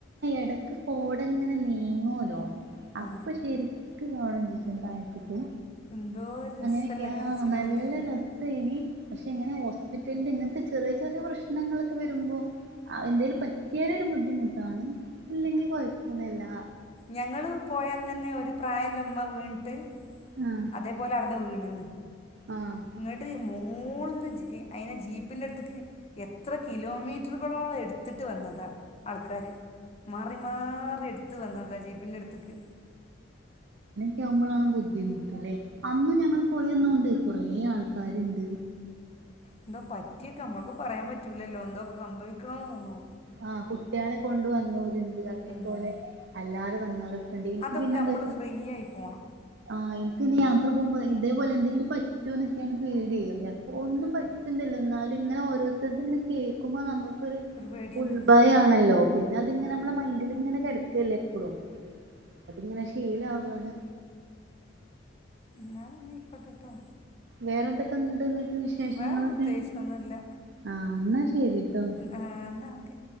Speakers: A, on the right; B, on the left.
A: ഇടക്ക് കോട ഇങ്ങനെ നീങ്ങോല്ലോ അപ്പൊ
B: ആ
A: ശരിക്കും കാണും <unintelligible> തായ്ത്ത്ക്ക്
B: എന്തോ രസമുള്ള
A: അങ്ങനൊക്കെ ആ
B: കാഴ്ചകളില്ലേ
A: നല്ല രസ നി പക്ഷെ ഇങ്ങനെ ഹോസ്പിറ്റലില് ഇങ്ങനത്തെ ചെറിയ ചെറിയ പ്രശ്നങ്ങളൊക്കെ വരുമ്പോ അ എന്തെലും പറ്റിയാലരു ബുദ്ധി ബുദ്ധിമുട്ടാണ്, ഇല്ലെങ്കിൽ കുഴപ്പൊന്നില്ല
B: ഞങ്ങള് പോയാഅന്നന്നെ ഒരു പ്രായള്ളമ്മ വീണിട്ട്
A: ആഹ്
B: അതേപോലെ ആട്ന്ന് വീണ്, ണ്
A: ആഹ്
B: ഇങ്ങ്ട്ട് മു
A: <inaudible>
B: ന്ന് ജി അയിനെ ജീപ്പിന്റെ അടുത്തക്ക് എത്രെ കിലോമീറ്ററുകളോളം എടുത്തിട്ട് വന്നതാ ആൾക്കാര് മാറി മാറി എടുത്ത് വന്നതാ, ജി പിന്റെടുത്ത്ക്ക്
A: അങ്ങനെക്കെ തെ ആവുമ്പോളാണ് ബുദ്ധിമുട്ടല്ലേ അന്നും ഞങ്ങൾ പോയന്നും ണ്ട് കുറെ ആൾക്കാര്ണ്ട്
B: എന്താ പറ്റിയൊക്കെ നമ്മൾക്ക് പറയാൻ പറ്റൂലല്ലോ എന്തോ സംഭവിക്കണന്ന്നൊന്നും
A: ആ കുട്ടികളെ കൊണ്ട് വന്നോരുണ്ട് അതേപോലെ
B: ഉം.
A: അല്ലാതെ യെടി ഇനിക്ക്
B: അതൊക്കെ
A: പിന്നെന്താ,
B: നമ്മൾ ഫ്രീ ആയി പോണം
A: ആ ഇന്ക് നി യാത്ര പോ വുമ്പോ ഇതേപോലെ എന്തെങ്കിലും പറ്റോ എന്നൊക്കെയാണ് പേടി, ഒന്നും പറ്റുന്നില്ല എന്നാലും ഇങ്ങനെ ഓരോ ഇതൊക്കെ ഇങ്ങനെ കേൾക്കുമ്പോ നമ്മ ക് ഒരു
B: പേടി തന്നെയാണ്
A: ഉൾഭയമാണല്ലോ, പിന്നെ അതിങ്ങനെ നമ്മളെ മൈൻഡിൽ ഇങ്ങനെ കിടക്കല്ലേ, എപ്പോഴും അതിങ്ങനെ, ശീലാവണ്
B: എന്നാ പിന്നെ ആയ്കോട്ടെട്ടോ
A: വേറെന്തൊക്കെ ഉണ്ട് എന്നിട്ട് വിശേഷങ്ങളൊക്കെ
B: വേറെ പ്രത്യേകിച്ചൊന്നുമില്ല
A: ആ എന്നാ ശരിട്ടോ
B: എന്നാൽ ഓക്കെ